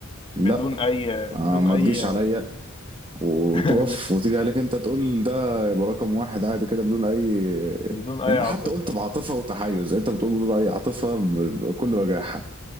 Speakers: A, on the right; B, on the left.
A: لا
B: بدون أي
A: ما,
B: بدون
A: ما
B: أي
A: تجيش عليا وتقف
B: <laughs>
A: وتيجي عليك انت تقول ده يبقى رقم واحد عادي كده بدون اي
B: بدون أي
A: يعني
B: عاطفة
A: انا حتى قلت بعاطفه وتحيز انت بتقول بدون اي عاطفه ب- بكل وجاحه